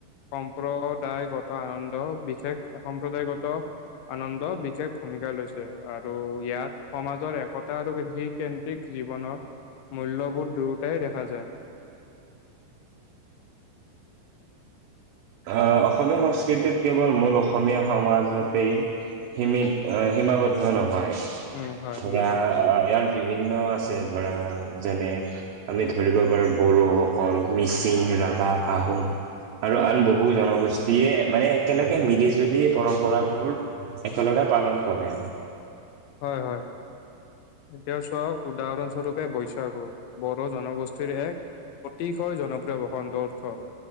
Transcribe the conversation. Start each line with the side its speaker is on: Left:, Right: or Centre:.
Left: সম্প্ৰদায়গত আনন্দ, বিশেষ সম্প্ৰদায়গত আনন্দ বিশেষ ভূমিকা লৈছে। আৰু ইয়াত, সমাজৰ একতা আৰু বিশেষ কেন্দ্ৰিক জীৱনৰ, মূল্যবোৰ দুয়োটাই দেখা যায়।
Right: আঁ অসমীয়া সংস্কৃতিত কেৱল, মূল অসমীয়া সমাজতে, সীমিত, অ'! সীমাবদ্ধ নহয়।
Left: উম হয়
Right: ধৰা,
Left: নহয়
Right: ইয়াৰ বিভিন্ন আছে। ধৰা, যেনে আমি ধৰিব পাৰোঁ, বড়োসকল, মিচিং, ৰাভা, আহোম। আৰু আৰু ব বহু জনগোষ্ঠীয়ে মানে, একেলগে মিলি-জুলি পৰম্পৰাবোৰ একেলগে পালন কৰে।
Left: হয়, হয়। এতিয়া চোৱা, উদাহৰণ স্বৰূপে-বৈশাগু, বড়ো জনগোষ্ঠীৰ এক অতিকৈ জনপ্ৰিয় বসন্ত উৎসৱ।